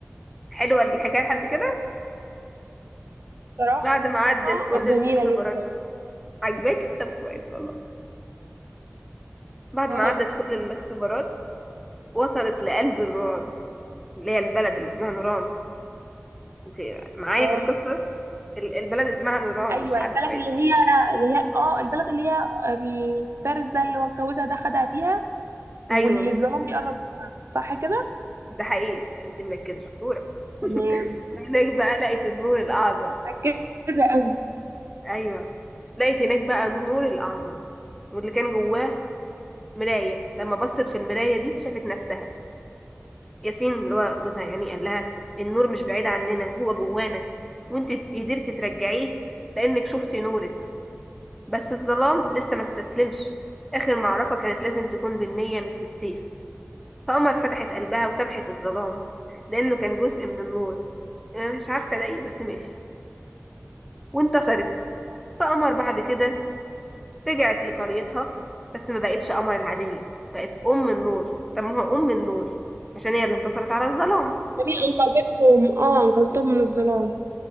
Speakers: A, in the centre; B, on the right.
A: حلوة الحكاية لحد كده
B: بصراحه
A: بعد ما عدت كل الاختبارات
B: جميله جدا
A: عجبك طب كويس والله
B: <laughs>
A: بعد
B: اه
A: ما عدت كل الاختبارات وصلت لقلب نوران اللي هي البلد اللي اسمها نوران انت معايا
B: اه
A: في القصة ال- البلد اسمها نوران
B: ايوه
A: مش حد
B: البلد
A: بعيد.
B: اللي هي اللي هي اه البلد اللي هي الفارس ده اللي هو اتجوزها ده خدها فيها واللي
A: ايوه
B: الظلام بيقرب منها صح كده
A: ده حقيقي انت مركزة شطورة <laughs>
B: تمام
A: وهناك بقى لقيت النور الأعظم
B: مركزه قوي
A: أيوة لقيت هناك بقى النور الأعظم واللي كان جواه مراية لما بصت في المراية دي شافت نفسها ياسين اللي هو جوزها يعني قال لها النور مش بعيد عننا هو جوانا وانت قدرت ترجعيه لأنك شفتي نورك بس الظلام لسه ما استسلمش آخر معركة كانت لازم تكون بالنية مش بالسيف فقمر فتحت قلبها وسامحت الظلام لأنه كان جزء من النور أنا مش عارفة ده ايه بس ماشي وانتصرت فقمر بعد كده رجعت لقريتها بس ما بقتش قمر العادية بقت أم النور سموها أم النور عشان هي اللي انتصرت على الظلام
B: جميل انقذتهم اه انقذتهم من الظلام